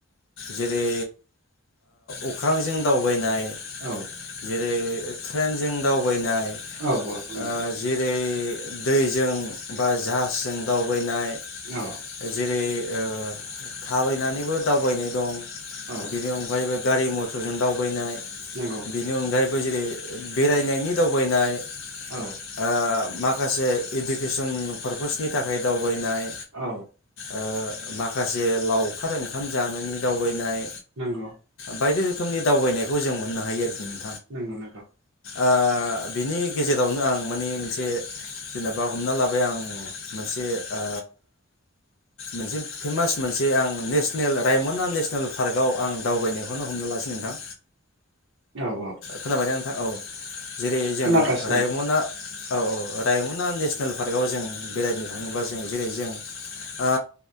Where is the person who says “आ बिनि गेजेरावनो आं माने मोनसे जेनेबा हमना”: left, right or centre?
Left